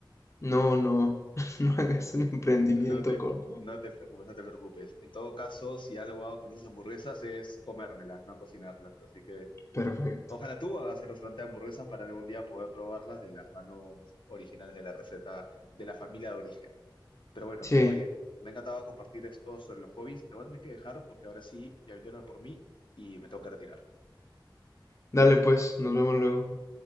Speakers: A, on the left; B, on the left.
A: no, no, <laughs> no hagas un emprendimiento
B: No te,
A: con...
B: no te preocupes, no te preocupes. En todo caso, si algo hago con esas hamburguesas es comérmelas, no cocinarlas. Así que
A: Perfecto.
B: Ojalá tú hagas el restaurante de hamburguesas para algún día poder probarlas de las manos originales de la receta de la familia de origen. Pero bueno,
A: Sí,
B: oye, me ha encantado compartir esto sobre los hobbies. Te voy a tener que dejar porque ahora sí ya vinieron por mí y me tengo que retirar.
A: dale pues, nos vemos luego.